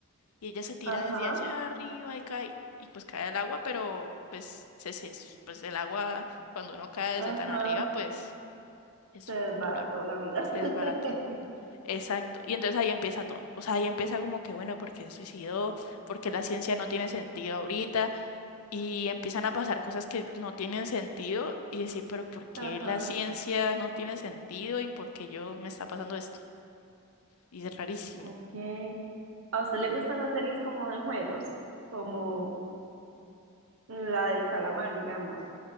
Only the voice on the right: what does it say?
Ajá,
ajá.
Se desbarató
la vida.
<laughs>
Ajá,
ok. ¿A usted le gustan las series como de juegos? Como La del calamar, digamos.